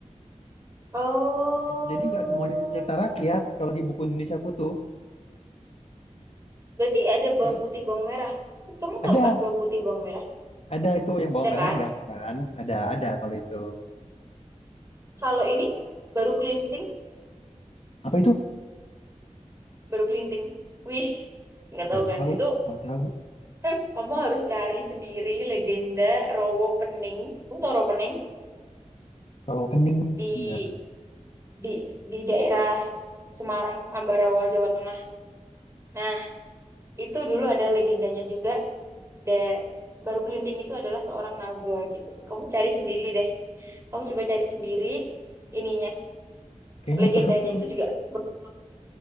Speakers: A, on the right; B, on the left.
A: Oh,
B: Jadi nggak semuanya cerita rakyat kalau di buku Indonesia aku tuh.
A: berarti ada bawang
B: tuh
A: putih, bawang merah. Kamu
B: Ada
A: tahu kan bawang putih, bawang merah?
B: Ada itu yang bawang
A: Ada
B: merah
A: kan?
B: yang jahat kan? Ada, ada kalau itu.
A: Kalau ini baru kelinting,
B: Apa itu?
A: baru kelinting. Wih, nggak tahu
B: Nggak
A: kan?
B: tahu,
A: Itu
B: nggak tahu.
A: eh, kamu harus cari sendiri legenda Rowo Pening. Kamu tahu Rowo Pening
B: Rawo kening,
A: di
B: nggak.
A: di di daerah Semarang, Ambarawa, Jawa Tengah. Nah, itu dulu ada legendanya juga. Da, baru kelinting itu adalah seorang naga gitu. Kamu cari sendiri deh. Kamu coba cari sendiri ininya
B: Kayaknya
A: legendanya
B: seru tuh,
A: itu juga bagus-bagus